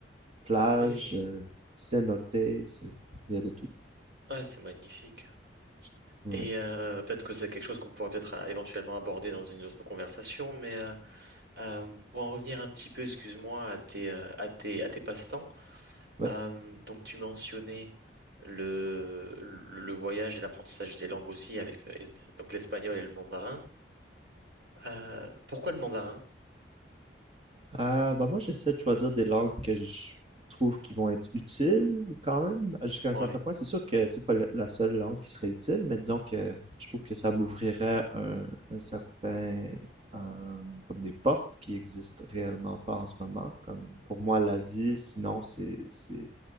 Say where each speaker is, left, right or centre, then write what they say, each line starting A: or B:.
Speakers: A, on the right; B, on the right.
A: plage,
B: Ouais, c'est
A: euh, cénote, c'est... Il y a de tout.
B: ouais, c'est magnifique.
A: Ouais.
B: Et euh, peut-être que c'est quelque chose qu'on pourrait peut-être euh, éventuellement aborder dans une autre conversation, mais euh, euh, pour en revenir un petit peu, excuse-moi, à tes, euh, à tes, à tes passe-temps,
A: Ouais.
B: Euh, donc tu mentionnais le, le le voyage et l'apprentissage des langues aussi avec euh, donc l'espagnol et le mandarin. Euh, pourquoi le mandarin?
A: Ah, bah moi, j'essaie de choisir des langues que je trouve qui vont être utiles quand même, jusqu'à un
B: Ouais.
A: certain point. C'est sûr que c'est pas le- la seule langue qui serait utile, mais disons que je trouve que ça m'ouvrirait un, un certain... euh, comme des portes qui existent réellement pas en ce moment. Comme pour moi, l'Asie, sinon, c'est... c'est